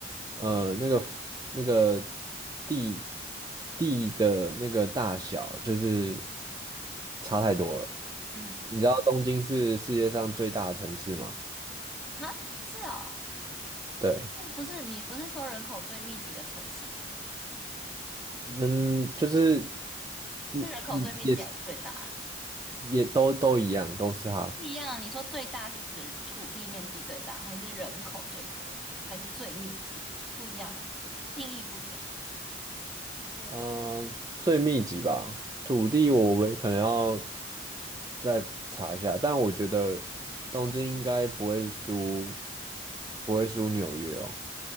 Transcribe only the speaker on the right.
呃，那个那个地地的那个大小就是差太多了。
你知道东京是世界上最大的城市吗？
对，
嗯，就是嗯嗯，
也是也都都一样，都是它。
呃，最密集吧，土地我为可能要再查一下，但我觉得东京应该不会输，不会输纽约哦。